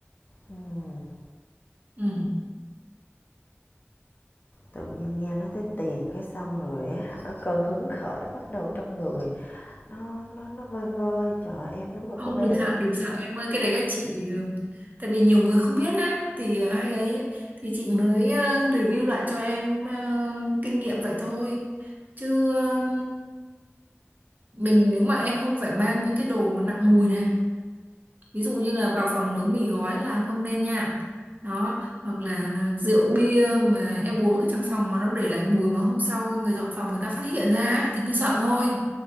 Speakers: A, on the left; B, on the right.
A: Ừm.
B: ừ.
A: tự nhiên nghe nói tới tiền cái xong rồi á hả cơn hứng khởi bắt đầu trong người nó nó nó vơi vơi trời ơi, em đúng là
B: không
A: cô bé
B: đừng sợ đừng sợ em ơi cái đấy là chị ờ, tại vì nhiều người không biết á thì ờ, hay ấy ấy, thì chị mới ờ, review lại cho em ờ, kinh nghiệm vậy thôi chứ ờ, mình nếu mà em không phải mang những cái đồ mà nặng mùi này ví dụ như là vào phòng nấu mì gói là không nên nha đó hoặc là rượu bia mà em uống ở trong phòng mà nó để lại mùi mà hôm sau người dọn phòng người ta phát hiện ra á, thì mới sợ thôi